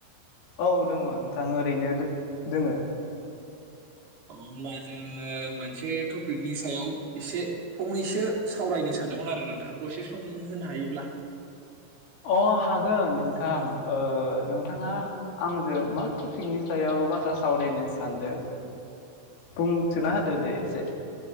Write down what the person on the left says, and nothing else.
औ दङ नोंथां ओरैनो दो-दोङो।
अ हागोन नोंथां ओ नोंथाङा आंजों मा टपिकनि सायाव बाथ्रा सावरायनो सानदों बुंथिना होदो दे एसे।